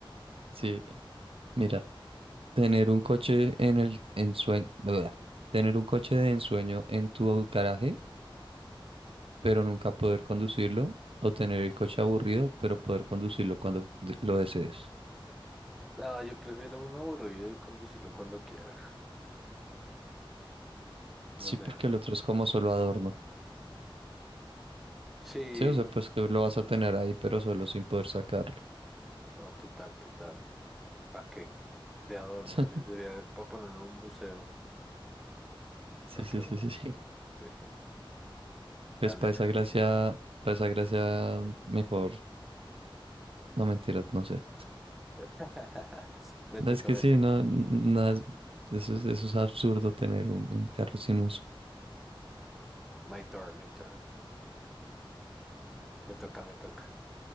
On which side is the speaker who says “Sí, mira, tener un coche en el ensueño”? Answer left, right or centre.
Right